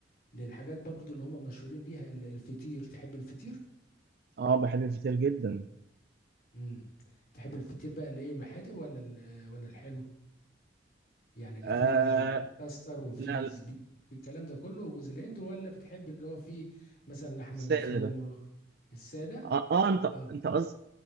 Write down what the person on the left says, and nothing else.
للحاجات برضو اللي هم مشهورين بيها ال- الفطير تحب الفطير؟
امم تحب الفطير بقى اللي ايه الحادق ولا ال- ولا الحلو؟ يعني اللي
فيه كاستر وفيه
زبيب الكلام ده كله وجوز الهند ولا بتحب اللي هو فيه مثلا لحمة
مفرومة
السادة؟
آه.